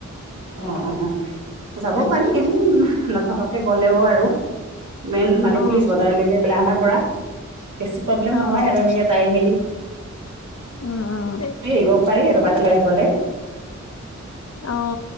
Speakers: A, on the right; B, on the left.
A: অ অ যাব
B: তেনেকে
A: পাৰি এনেই নথকাকে গলেও আৰু। মেইন মানে
B: অ',
A: পুলিচছ বজাৰলৈকে বোলে আমাৰ। পৰা বেছি প্ৰব্লেম
B: অ',
A: নহয় আৰু এনেকে যাই মেলি।
B: উম উম।
A: ত আহিবও পাৰি গলে।
B: অ।